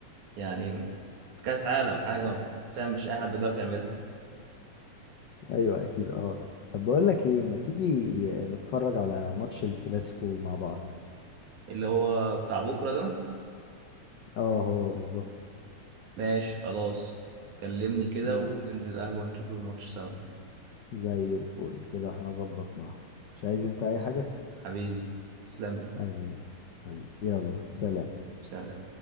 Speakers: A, on the right (about 80°); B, on the left (about 75°).
A: يعني في كأس عالم حاجة ما فاهم مش أي حد بيعرف يعملها
B: ايوه اكيد اه طب بقول لك ايه ما تيجي نتفرج على ماتش الكلاسيكو مع بعض
A: اللي هو بتاع بكرة ده
B: اه هو بالظبط
A: ماشي خلاص كلمني كده
B: مم.
A: وننزل قهوة نشوف الماتش سوا
B: زي الفل كده احنا ظبطناها مش عايز انت اي حاجه
A: حبيبي تسلم لي
B: حبيبي حبيبي يلا سلام
A: سلام